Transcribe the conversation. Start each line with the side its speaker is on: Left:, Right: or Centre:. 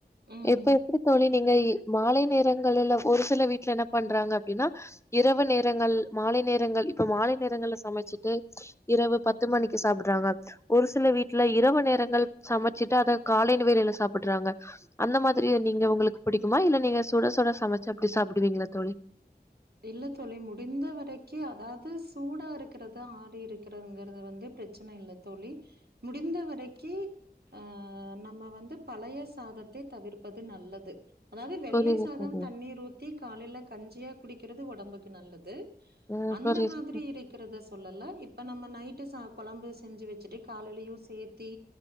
Right: ம்.
Left: இப்ப எப்டி தோழி நீங்க இ மாலை நேரங்களுல்ல ஒரு சில வீட்டுல என்ன பண்றாங்க அப்டின்னா இரவு நேரங்கள் மாலை நேரங்கள் இப்ப மாலை நேரங்கள்ல சமச்சிட்டு இரவு பத்து மணிக்கு சாப்புட்டுறாங்க ஒரு சில வீட்டுல இரவு நேர ங்கள் சமச்சிட்டு அத காலையில வேளையில சாப்புட்றாங்க அந்த மாரி நீங்க உங்களுக்கு புடிக்குமா இல்ல நீங்க சுட சுட சமச்சு அப்டி சாப்டுவீங்களா தோழி
Right: இல்ல தோழி முடிந்த வரைக்கு அதாவது சூடா இருக்கிறதா ஆறி இருக்கிறதுங்குறது வந்து பிரச்சன இல்ல தோழி முடிந்த வரைக்கி ஆ நம்ம வந்து பழைய சாதத்தை தவிர்ப்பது நல்லது அதாவது வெள்ளை
Left: புரியுது
Right: சாதம்
Left: தோழி
Right: தண்ணிர் ஊத்தி காலையில கஞ்சியா குடிக்கிறது ஒடம்புக்கு நல்லது
Left: ம்
Right: அந்த
Left: புரியுது
Right: மாதிரி இருக் கிறத சொல்ல இப்ப நம்ம நைட்டு சா கொழம்பு செஞ்சு வச்சுட்டு காலையிலயு சேத்தி